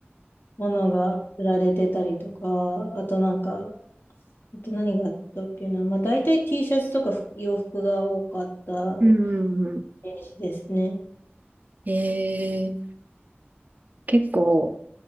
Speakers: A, on the left (about 55°); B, on the right (about 40°).
A: ものが売られてたりとか、あとなんか、あと何があったっけな。まあ大体 T シャツとか洋服が多かった
B: うん
A: イメージですね。
B: へえ。結構、